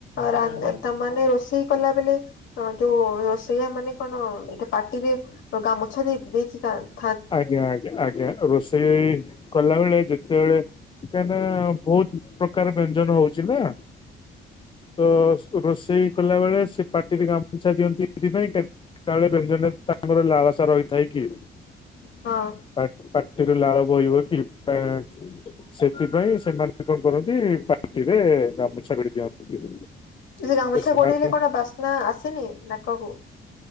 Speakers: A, on the left; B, on the left.
A: ରାନ୍ଧ୍, ତ ମାନେ ରୋଷଇ କଲା ବେଳେ ହ ଯୋଉ ରୋଷେଇଆ ମାନେ କଣ, ଏ ପାଟିରେ ଗାମୁଛା ଦେଇ ଦେଇକି <unintelligible>
B: ଆଜ୍ଞା ଆଜ୍ଞା ଆଜ୍ଞା, ରୋଷେଇ କଲାବେଳେ, ଯେତେବେଳେ କାହିଁକି ନା, ବହୁତ ପ୍ରକାର ବ୍ୟଞ୍ଜନ ହଉଚି ନା? ତ ରୋଷେଇ କଲାବେଳେ ସେ ପାଟିରେ ଗାମୁଛା ଦିଅନ୍ତି ସେଇଥିପାଇଁ, କେ କାଳେ ବ୍ୟଞ୍ଜନରେ ତାଙ୍କର ଗୋଟେ ଲାଳସା ରହିଥାଏ କି?
A: ହଁ।
B: ପା ପାଟିରୁ ଲାଳ ବୋଇବ କି <unintelligible> ସେଥିପାଇଁ ସେମାନେ କଣ କରନ୍ତି, ପାଟିରେ ଗାମୁଛା ଭିଡି ଦିଅନ୍ତି।
A: ଯୋଉ ଗାମୁଛା
B: ସେମାନେ
A: ଗୋଡ଼େଲେ କଣ ବାସ୍ନା ଆସେନି ନାକକୁ?